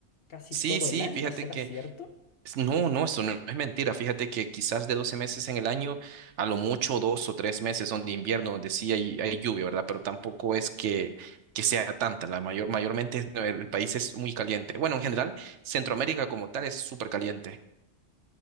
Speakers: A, on the left; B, on the right.
A: casi
B: Sí,
A: todo
B: sí,
A: el año,
B: fíjate
A: ¿será
B: que...
A: cierto?
B: No, no, eso no es mentira. Fíjate que quizás de 12 meses en el año, a lo mucho dos o tres meses son de invierno, donde sí hay, hay lluvia, ¿verdad? Pero tampoco es que, que sea tanta. La mayor, mayormente es- el país es muy caliente. Bueno, en general, Centroamérica como tal es súper caliente.